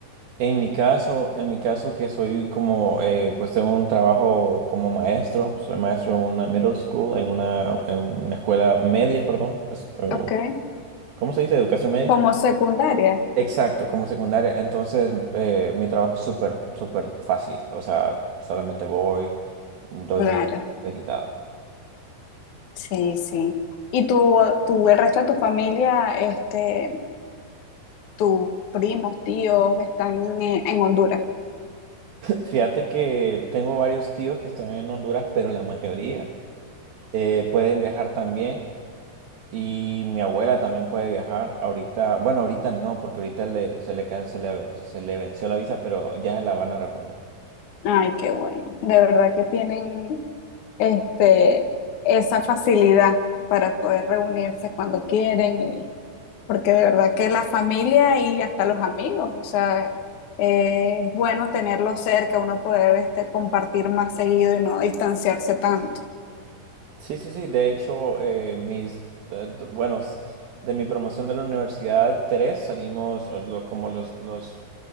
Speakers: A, on the right; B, on the left.
A: En mi caso, en mi caso que soy como, eh, pues tengo un trabajo como maestro, soy maestro en una middle school, en una, en una escuela media, perdón, es, eh,
B: ok.
A: ¿cómo se dice? Educación media.
B: Como secundaria.
A: Exacto, como secundaria. Entonces, eh, mi trabajo es súper, súper fácil, o sea, solamente voy, doy
B: Claro,
A: mi digitado.
B: sí, sí. ¿Y tú, tu el resto de tu familia, este, tus primos, tíos están en, en Honduras.
A: Fíjate que tengo varios tíos que están en Honduras, pero la mayoría eh, pueden viajar también. Y mi abuela también puede viajar. Ahorita, bueno, ahorita no, porque ahorita le- se le, can- se le, se le venció la visa, pero ya la van a reponer.
B: Ay, qué bueno. De verdad que tienen este, esa facilidad para poder reunirse cuando quieren, y- porque de verdad que la familia y hasta los amigos, o sea, eh, es bueno tenerlos cerca, uno poder este, compartir más seguido y no distanciarse tanto.
A: Sí, sí, sí. De hecho, eh, mis, eh, d- bueno, s- de mi promoción de la universidad, tres salimos, eh, lo- como los, los,